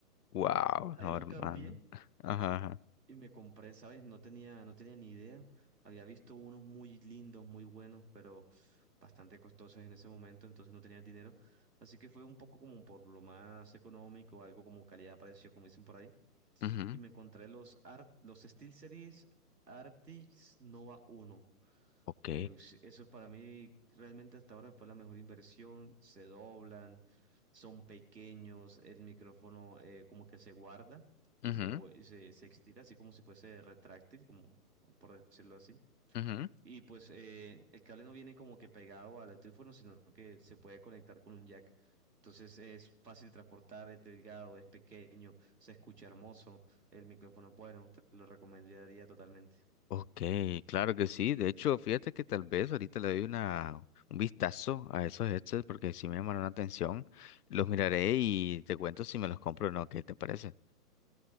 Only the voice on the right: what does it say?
Ahí
los
cambié
Y me compré, ¿sabes? No tenía, no tenía ni idea. Había visto unos muy lindos, muy buenos, pero bastante costosos en ese momento, entonces no tenía el dinero. Así que fue un poco como por lo más económico, algo como calidad-precio, como dicen por ahí.
Y me encontré los, Art, los SteelSeries Arctis Nova uno
eh, us- eso para mí realmente hasta ahora fue la mejor inversión. Se doblan, son pequeños, el micrófono eh, como que se guarda y
se, y se, se estira así como si fuese retráctil, como por decirlo así.
Y pues eh, el cable no viene como que pegado al teléfono, sino que se puede conectar con un jack. Entonces es fácil transportar, es delgado, es pequeño, se escucha hermoso, el micrófono es bueno, te lo recomendaría totalmente.